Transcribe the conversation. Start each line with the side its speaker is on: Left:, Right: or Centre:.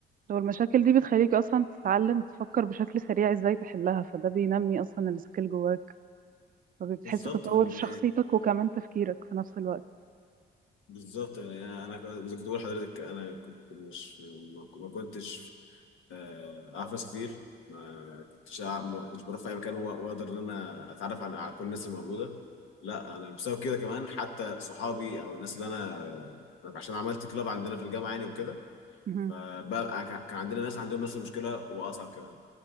Right: هو المشاكل دي بتخليك اصلا تتعلم تفكر بشكل سريع ازاي تحلها فده بينمي اصلا السكيل جواك فبتحس
Left: بالظبط
Right: بتطور
Left: وان
Right: شخصيتك وكمان تفكيرك في نفس الوقت
Left: بالظبط يعني انا كنت- زي ما كنت بقول لحضرتك انا كنت مش ما ما كنتش آه، اعرف ناس كتير ما كنتش أع- ما كنتش بروح في اي مكان وأ- واقدر ان انا اتعرف عن- على كل الناس الموجوده لا انا بسبب كده كمان حتى صحابي او الناس اللي انا أنا عشان عملت كلاب عندنا في الجامعه يعني وكده
Right: مهم.
Left: فبقى كان كان عندنا ناس عندهم نفس المشكله واصعب كمان